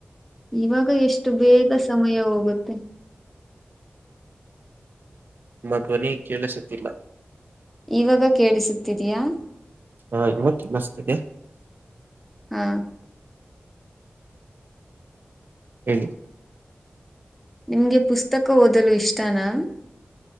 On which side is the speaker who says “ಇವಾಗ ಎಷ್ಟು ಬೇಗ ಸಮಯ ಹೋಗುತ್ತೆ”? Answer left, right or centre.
Centre